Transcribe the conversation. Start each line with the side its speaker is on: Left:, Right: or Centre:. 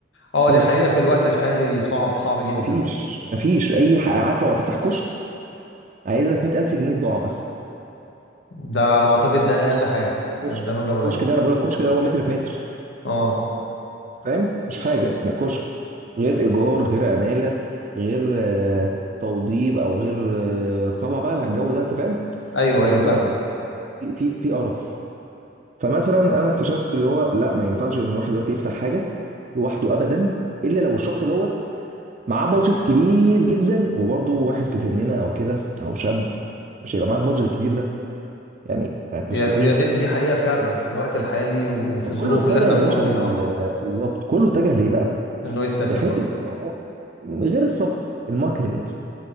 Left: اه
Right: خالص
Left: دي حقيقة في الوقت الحالي صعب صعب جدا
Right: مفيش مفيش اي حاجه عارف لو هتفتح كشك عايز لك 100000 جنيه بضاعه بس
Left: ده على ما اعتقد ده
Right: كشك
Left: اقل حاجة يعني
Right: كشك
Left: ده مبلغ قليل
Right: كشك ده انا بقول لك كشك ده هو متر في متر
Left: اه
Right: فاهم مش حاجه م- كشك غير ايجار غير عماله غير آه، توضيب او غير آه، طلع بقى على الجو ده انت فاهم
Left: ايوه
Right: فالموضوع
Left: ايوه فاهمك
Right: في في في قرف فمثلا انا اكتشفت اللي هو لا ما ينفعش ان الواحد دلوقتي يفتح حاجه لوحده ابدا الا لو الشخص دوت معاه بادجت كبير جدا وبرضه واحد في سننا او كده او شاب مش هيبقى معاه البادجت الكتير ده يعني يعني
Left: هي
Right: مستحيل
Left: هي دي دي حقيقة فعلا في الوقت الحالي وفي
Right: فكله
Left: الظروف
Right: اتجه
Left: اللي احنا
Right: يا
Left: بنمر
Right: باشا
Left: بيها
Right: لل
Left: اه
Right: بالظبط كله اتجه ليه بقى؟
Left: انه يسافر
Right: لحته
Left: بقى
Right: ان هو غير السفر الماركتينج